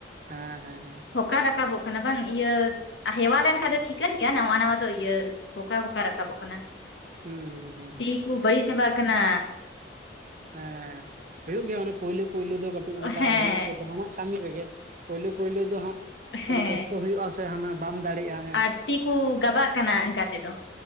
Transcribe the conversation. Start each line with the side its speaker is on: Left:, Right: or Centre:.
Right: ᱦᱮᱸ ᱦᱮᱸ ᱦᱮᱸ
Left: ᱛᱷᱚᱠᱟ ᱨᱟᱠᱟᱵᱚᱜ ᱠᱟᱱᱟ ᱵᱟᱝ ᱤᱭᱟ ᱦᱮᱣᱟ ᱞᱮᱱᱠᱷᱟ ᱫᱚ ᱴᱷᱤᱠᱟᱹᱱ ᱜᱮᱭᱟ ᱱᱟᱣᱟ ᱱᱟᱣᱟ ᱫᱚ ᱤᱭᱟᱹ ᱵᱚᱠᱟ ᱵᱚᱠᱟ ᱨᱟᱠᱟᱵᱚᱜ ᱠᱟᱱᱟ᱾
Right: ᱦᱩᱸ ᱦᱩᱸ ᱦᱩᱸ
Left: ᱛᱤ ᱠᱩ ᱵᱟᱹᱲᱤᱡ ᱪᱟᱵᱟᱜ ᱠᱟᱱᱟ,
Right: ᱦᱮᱸ ᱦᱩᱭᱩᱜ ᱜᱮᱭᱟ ᱚᱱᱮ ᱯᱳᱭᱞᱳ ᱯᱳᱭᱞᱳ ᱫᱚ ᱠᱟᱹᱡ ᱚᱱᱠᱟ
Left: ᱦᱮᱸ
Right: ᱦᱩᱭᱩᱜ ᱜᱮᱭᱟ ᱡᱟᱦᱟᱱᱟᱜ ᱠᱟᱹᱢᱤ ᱨᱮᱜᱮ ᱯᱩᱭᱞᱩ ᱯᱩᱭᱞᱩ ᱫᱚ ᱦᱟᱸᱜ ᱠᱟᱴᱤᱡ
Left: ᱦᱮᱸ
Right: ᱠᱚᱥᱴᱚ ᱦᱩᱭᱩᱜᱼᱟ ᱥᱮ ᱦᱟᱱᱟ ᱵᱟᱢ ᱫᱟᱲᱮᱜᱼᱟ᱾
Left: ᱟᱨ ᱛᱤ ᱠᱩ ᱜᱟᱵᱟᱜ ᱠᱟᱱᱟ ᱮᱝᱠᱟ ᱛᱮᱫᱚ,